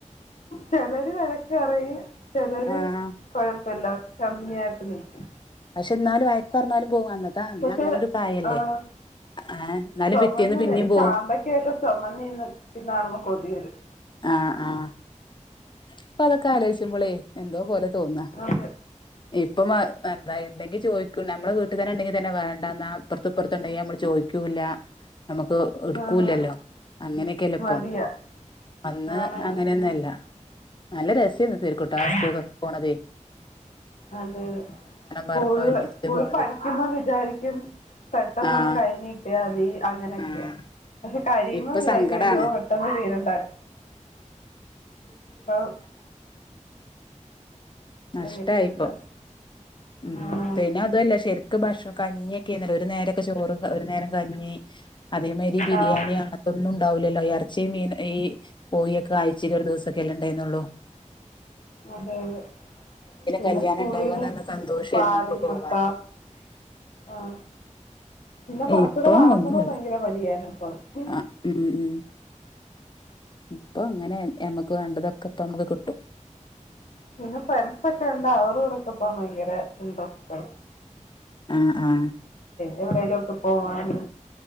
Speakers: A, on the left (about 70°); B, on the left (about 40°).
A: ചിലര് വഴക്ക് പറയുംയും ചിലര്
B: ആഹ്
A: കുഴപ്പ പ്പില്ലാ കമ്മിആട്ട് നിൽക്ക്
B: പക്ഷെ എന്നാലും വയ്ക്ക് പറഞ്ഞാലും പോകും അന്നത്തെ അന്ന്
A: പക്ഷെ
B: അങ്ങനെ ഒരു പ്രായല്ലേ
A: ആഹ
B: ഏഹ് എന്നാലും
A: സ്മന്ന്
B: പിറ്റേന്ന് പിന്നെയും പോവും
A: ചാമ്പക്കായിക്കെ ചെമന്ന് നീന്നക്കുന്നത് കാണമ്പോ കൊതി വരും
B: ആഹ ആഹ ഇപ്പൊ അതൊക്കെ ആലോചിച്ച്പോളേ എന്തോ പോലെ തോന്നാ
A: അതെ
B: ഇപ്പം എന്താ ഇണ്ടെങ്കി ചോദിക്കും നമ്മളെ വീട്ടു തന്നെ ഉണ്ടെങ്കി തന്നെ വേണ്ടന്ന അപ്പുറത്ത് ഇപ്പുറത്ത ഉണ്ടെങ്കി നമ്മള് ചോയിക്കൂല്ല നമുക്ക് എടുക്കൂല്ലല്ലോ
A: ആണ് ആണ്
B: അങ്ങനെയൊക്കെയല്ല ഇപ്പം
A: മടിയാ
B: ഇന്ന്
A: ആണ്
B: അങ്ങനെന്നു അല്ല നല്ല രസേന്ന് തെര്ക്കൂട്ടാ
A: ആണ്.
B: സ്കൂൾക്കൊക്കെ പോണതെ
A: അതെ സ്കൂൾല്
B: പറഞ്ഞ് ഒരുമിച്ച്
A: സ്കൂൾ
B: പോണത്
A: പഠിക്ക്മ്പോ വിചാരിക്കും പെട്ടെന്നൊന്ന്
B: ആഹ്
A: കഴിഞ്ഞിട്ടിയാതി അങ്ങനെക്കെ.
B: ആഹ്
A: കഴിയുമ്പോ
B: ഇപ്പൊ
A: വിചാരിക്കും
B: സങ്കടാണ്
A: അയ്യോ പെട്ടെന്ന് തീരണ്ടാ ആ
B: നഷ്ടായിപ്പൊ
A: കിട്ടൂല്ല
B: ഉം
A: ആണാണ്
B: പിന്നെ അതു അ ല്ല ശര്ക്ക് ഭഷ കഞ്ഞിക്കെന്നല്ലോ ഒരു നേരൊക്കെ ചോറും ഒരു നേരം കഞ്ഞി. അതേ മാരി ബി ബിരിയാണിയോ
A: ആഹ്
B: അങ്ങത്തൊന്നും ഉണ്ടാവൂലല്ലോ എർച്ചി, മീന് ഈ കോയിക്കെ ആയ്ച്ചീല് ഒരു ദിവസക്കെല്ലെ ഇണ്ടായിന്നുള്ളു.
A: അതെയതെ പിന്നെ
B: കല്യാണം
A: സ്കൂളിന്
B: ഉണ്ടാകാന്ന് പറഞ്ഞ സന്തോഷേന്നു
A: പാൽ,
B: അന്നൊക്കെ പോവാന്
A: മുട്ട ആഹ പിന്നെ കൊറച്ചൂടെ
B: ഇപ്പൊ
A: വളർന്നപ്പോ
B: ഒന്നുല്ല
A: ഭയങ്കര മടിയായിരുന്നു കൊർച്ച്
B: ആ ഉം ഉം ഇപ്പൊ അങ്ങനെ എമ്മക്ക് വേണ്ടതൊക്കെ ഇപ്പ മ്മക്ക് കിട്ടും.,
A: പിന്നെ ഫ്രണ്ട്സ് ഒക്കെ എന്താ അവരോടെക്കെ പറി. ഭയങ്കര ഇൻട്രസ്റ്റ്.
B: ആഹ ആ
A: എവിടെലൊക്കെ പോവാന്